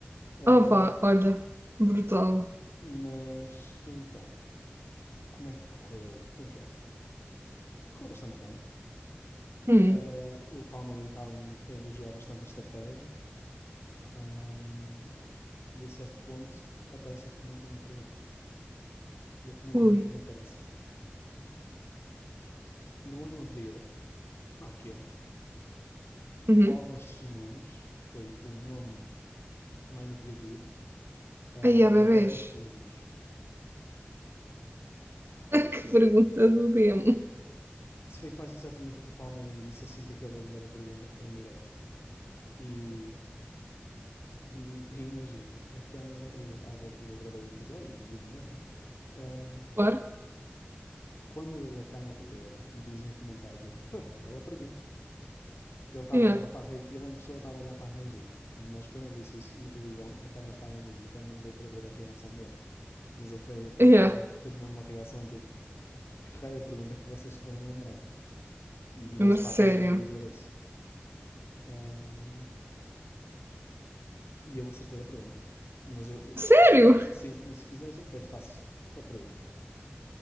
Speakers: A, on the left; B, on the right.
A: Ahm,
B: Opa, olha, brutal.
A: mas então, como é que correu o Joker? Correu bastante bem.
B: Hum,
A: Ah, o Palmeirinho estava a elogiar bastante a estratégia. Ahm, e a certo ponto aparece a penúltima pergunta. E a penúltima
B: ui.
A: pergunta era a seguinte: No ano anterior, àquele,
B: Uhum.
A: qual destes nomes foi o nome mais atribuído uh,
B: Aí há
A: bebés
B: bebês.
A: masculinos.
B: <laughs> Que pergunta do demo.
A: Isso foi quase exatamente o que o Palmeirinho disse assim que acabou de ler a pergunta em direto. E, e, e imagina, a câmara, eu, ao ver, eu gravei o episódio e vi de novo, não? Um,
B: Claro.
A: quando ele acaba de ler e diz um comentário tipo, oh, bela pergunta. Ele estava
B: Yeah.
A: a olhar para a Regi, ele em pessoa estava a olhar para a Regi, mas quando ele disse isso na televisão, a câmera estava em mim, então não deu para ver a reação dele. Mas ele, foi, ele
B: Yeah.
A: foi, fez mesmo uma reação tipo, que raio da pergunta é que vocês se foram lembrar? E virou-se
B: Mas
A: para
B: sério.
A: a Regi a dizer isso. Ahm, e eu acertei a pergunta. Mas eu, eh,
B: Sério?
A: se, qui- sim, mas se quiseres, eu até te faço a pergunta.